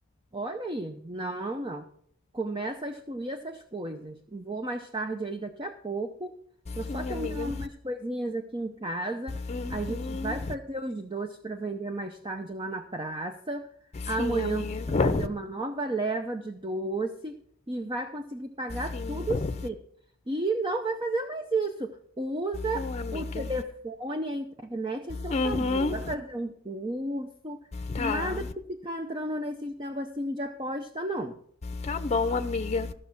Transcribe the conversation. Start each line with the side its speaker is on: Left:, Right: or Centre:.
Right: Olha aí, não, não. Começa a excluir essas coisas. Vou mais tarde aí, daqui a pouco. Tô só
Left: Sim,
Right: terminando
Left: amiga.
Right: umas coisinhas aqui em casa.
Left: Uhum.
Right: A gente vai fazer os doces para vender mais tarde lá na praça. Amanhã
Left: Sim, amiga.
Right: você vai fazer uma nova leva de doce e vai conseguir pagar
Left: Sim.
Right: tudo sim. E não vai fazer mais isso. Usa
Left: Ô, amiga.
Right: o telefone, a internet a seu
Left: Uhum.
Right: favor. Vai fazer um curso.
Left: Tá.
Right: Nada de ficar entrando nesses negocinhos de aposta, não.
Left: Tá bom, amiga.